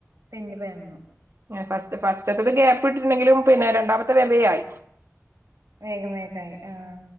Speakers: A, on the right; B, on the right.
A: പിന്നെ പെണ്ണു
B: എ
A: ആ,
B: ഫസ്റ്റ് ഫസ്റ്റെത്തത് ഗ്യാപ്പ് ഇട്ട്ട്ട്ണ്ടെങ്കിലും പിന്നെ രണ്ടാമത്തെ വേം വേം ആയി
A: വേഗം വേഗം ആയി ആഹ്